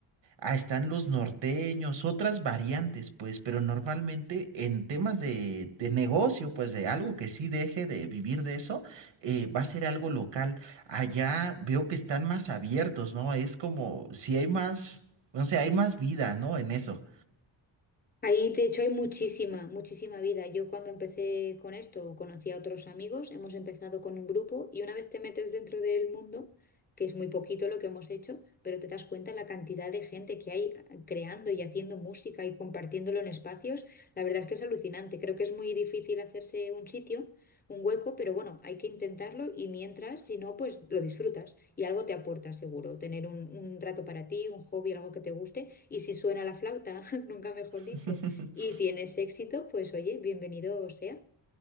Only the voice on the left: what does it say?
Ahí, de hecho, hay muchísima, muchísima vida. Yo cuando empecé con esto, conocí a otros amigos, hemos empezado con un grupo y una vez te metes dentro del mundo, que es muy poquito lo que hemos hecho, pero te das cuenta la cantidad de gente que hay creando y haciendo música y compartiéndolo en espacios, la verdad es que es alucinante. Creo que es muy difícil hacerse un sitio, un hueco, pero bueno, hay que intentarlo y mientras, si no, pues lo disfrutas. Y algo te aporta seguro, tener un, un rato para ti, un hobby, algo que te guste. Y si suena la flauta, <laughs> nunca mejor
dicho, y tienes éxito, pues oye, bienvenido sea.